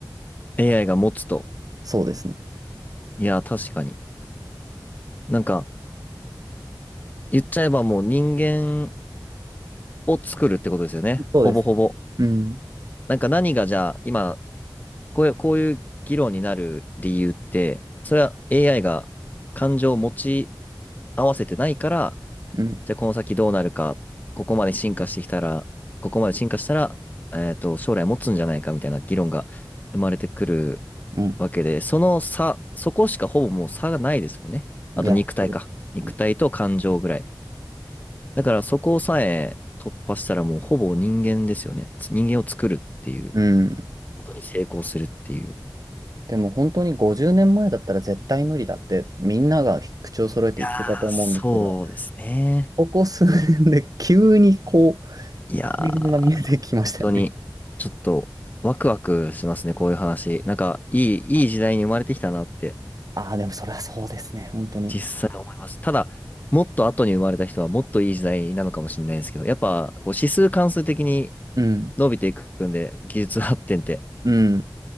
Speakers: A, on the left (about 20°); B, on the right (about 50°).
A: AI が持つと。
B: そうですね。
A: いや、確かに。なんか、言っちゃえばもう人間を作るってことですよね。
B: そうです。
A: ほぼほぼ。
B: うん、
A: なんか何がじゃあ、今、こういう、こういう議論になる理由って、それは AI が感情を持ち合わせてないから、
B: うん、
A: じゃあこの先どうなるか、ここまで進化してきたら、ここまで進化したら、えっと、将来持つんじゃないかみたいな議論が生まれてくる
B: うん。
A: わけで、その差、そこしかほぼもう差がないですもんね。
B: いや、
A: あと肉体か。
B: そうね。
A: 肉体と感情ぐらい。だからそこさえ突破したらもうほぼ人間ですよね。つ人間を作るっていう
B: うん。
A: ことに成功するっていう。
B: でも本当に50年前だったら絶対無理だってみんなが口を揃えて言ってたと思うんですけど、
A: いやー、そうですね。
B: ここ数年で急にこう、
A: いやー、
B: 対岸が見えてきましたよね。
A: 本当に、ちょっと、ワクワクしますね、こういう話。なんか、いい、いい時代に生まれてきたなって、
B: ああ、でもそれはそうですね、本当に。
A: 実際思います。ただ、もっと後に生まれた人は、もっといい時代なのかもしれないですけど、やっぱ、こう指数関数的に
B: うん、
A: 伸びていくんで、技術発展って、
B: うん。